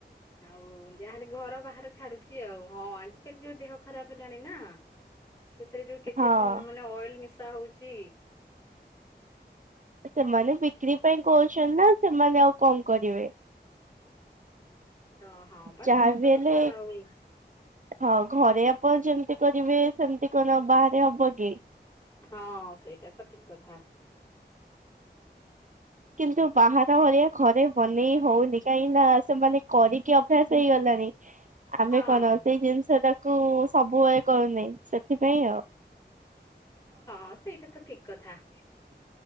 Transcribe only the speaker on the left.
ଆଉ ଯାହାହେଲେ ଘର ବାହାର ଛାଡୁଛି ଆଉ। ହଁ ଆଜିକାଲି ଯୋଉ ଦେହ ଖରାପ ହେଲାଣି ନା। ସେଥିରେ ଯୋଉ କେତେ
ମାନେ ଅଏଲ ମିଶା ହଉଚି
ତ ହଁ ବା
ସେଇ ତ
କଥା ଆଉ
ହଁ ସେଇଟା ତ ଠିକ କଥା।
ହଁ
ହଁ ସେଇଟା ତ ଠିକ କଥା।